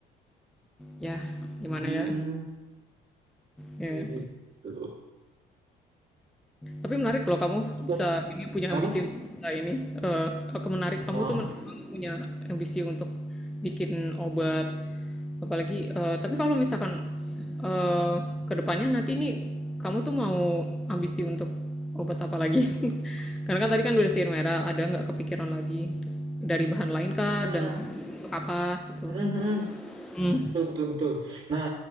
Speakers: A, in the centre; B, on the right (about 35°).
A: ya
B: hmm
A: gimana ya Ya.
B: kayak gitu
A: tapi menarik kalau kamu
B: waktu
A: bisa
B: pas-
A: ini punya
B: kenapa
A: ambisi nah ini eh aku menarik
B: oh
A: kamu tuh menarik banget punya ambisi untuk bikin obat apalagi eh, tapi kalau misalkan
B: iya
A: eh, kedepannya nanti ini kamu tuh mau ambisi untuk obat apa lagi <laughs> karena kan tadi kan udah sihir merah ada nggak kepikiran lagi dari bahan lain kah
B: nah
A: dan untuk apa gitu
B: mhm,
A: Hmm.
B: betul betul betul nah